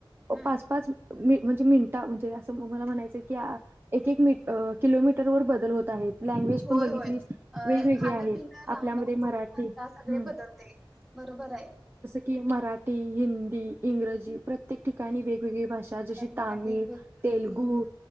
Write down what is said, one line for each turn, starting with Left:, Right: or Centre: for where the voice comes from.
Centre: हम्म
Right: पाच पाच म्हणजे मिनटा म्हणजे असं मला म्हणायचं क एक एक मी किलोमीटर वर बदल होत आहेत. लँग्वेज
Centre: होय
Right: पण बघितलीस
Centre: होय अ
Right: वेगवेगळी
Centre: खाणपिनं
Right: आहे
Centre: राहणं
Right: आपल्यामध्ये मराठी
Centre: गो फा
Right: हम्म
Centre: सगळे बदलते. बरोबर आहे.
Right: कि मराठी हिंदी इंग्रजी प्रत्येक ठिकाणी वेगवेगळी भाषा ज
Centre: बंगाली,
Right: तामिळ
Centre: गुजराती,
Right: तेलगू